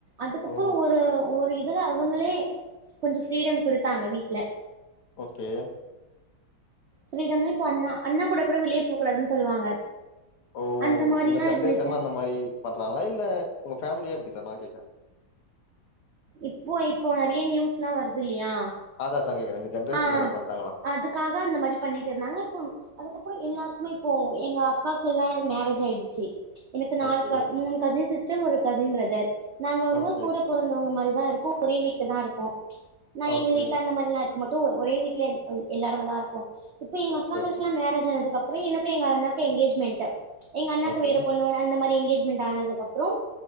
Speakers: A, on the right; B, on the left.
A: அதுக்கப்புறம்
B: ஓ
A: ஒரு ஒரு இல்ல அவங்களே கொஞ்சம் ஃபிரீடம் கொடுத்தாங்க வீட்டு்ல
B: ஓகே
A: ஃபிரீடம் தா இப்போ அண்ணா அண்ணா கூட கூட வெளியே போகூடாதுன்னு சொல்லுவாங்க
B: ஓ
A: அந்த மாரிலா
B: இந்த ஜென்ரேஷன்லா
A: இருந்துச்சு
B: அந்த மாதிரி பண்றாங்களா இல்ல உங்க ஃபேமிலியே இந்த மாதிரி தான்
A: இப்போ இப்போ நிறைய நியூஸ் லாம் வருது இல்லையா
B: அதா அதா கேக்குறே இந்த ஜென்ரேஷன்ல
A: ஆஹ்
B: அப்டி பண்றாங்களா
A: அதுக்காக அந்த மாதிரி பண்ணிட்டு இருந்தாங்க இப்போ அதுக்கப்புறம் எல்லாருக்குமே இப்போ எங்க அக்காக்கு எல்லா மேரேஜ் ஆயிடுச்சு எனக்கு நாலு
B: ஓகே
A: க மூனு கசின் சிஸ் சிஸ்டர் ஒரு கசின் பிரதர் நாங்க வந்து
B: ஓகே
A: கூட பொறந்த மாரிதா இருக்கு ஒரே வீட்ல தா இருப்போ நா
B: ஓகே
A: எங்க வீட்ல அந்த மாரி எல்லா இருக்கமாட்டே ஒரே வீட்லே எல்லாருமே தா இருப்போ இப்ப எங்க
B: ஓகே
A: அக்காங்களுக்குலா
B: ஓகே
A: மேரேஜ் ஆனதுக்கப் அப்றோ எனக்கு எங்க அண்ணாக்கு எங்கேஜ்மெண்ட் எங்க அண்ணாக்கு
B: ஓகே
A: வேற பொண்ணோட அந்த மாரி எங்கேஜ் மெண்ட் ஆனதுக்கப்றோ